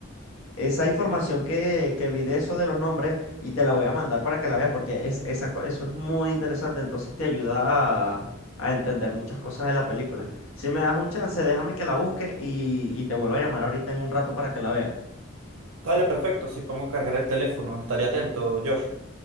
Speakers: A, on the left; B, on the right.
A: esa información que, que vi de eso de los nombres y te la voy a mandar para que la veas porque es, esa, co- eso es muy interesante, entonces te ayuda a, a entender muchas cosas de la película. Si me das un chance, déjame que la busque y, y te vuelvo a llamar ahorita en un rato para que la veas.
B: Dale, perfecto, si pongo a cargar el teléfono, estaré atento, Josh.